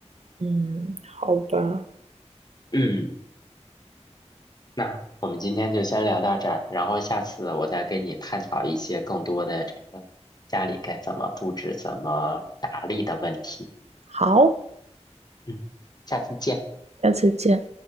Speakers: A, on the right (about 65°); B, on the left (about 35°).
A: 嗯，好吧，
B: 嗯。那我们今天就先聊到这儿，然后下次我再跟你探讨一些更多的这个家里该怎么布置、怎么打理的问题。
A: 好，
B: 嗯，下次见。
A: 下次见。